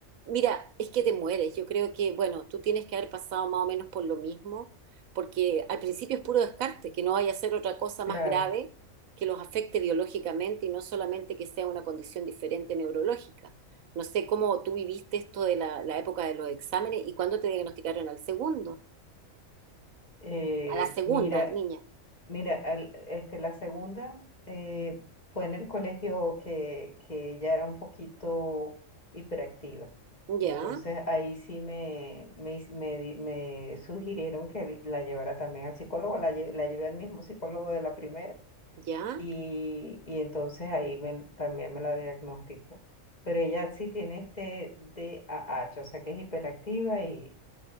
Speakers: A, on the right (about 90°); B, on the left (about 30°).
A: Mira, es que te mueres. Yo creo que, bueno, tú tienes que haber pasado más o menos por lo mismo, porque al principio es puro descarte, que no vaya a ser otra cosa
B: Claro.
A: más grave que los afecte biológicamente y no solamente que sea una condición diferente neurológica. No sé cómo tú viviste esto de la, la época de los exámenes y cuándo te diagnosticaron al segundo,
B: Eh,
A: a la segunda,
B: mira,
A: niña.
B: mira, al- este, la segunda eh, fue en el colegio que, que ella era un poquito hiperactiva.
A: Ya,
B: Entonces ahí sí me, me, hiz- me di- me sugirieron que la llevara también al psicólogo, la, lle- la llevé al mismo psicólogo de la primera.
A: ya.
B: y, y entonces ahí me- también me la diagnosticó. Pero ella sí tiene este D A H o sea que es hiperactiva y,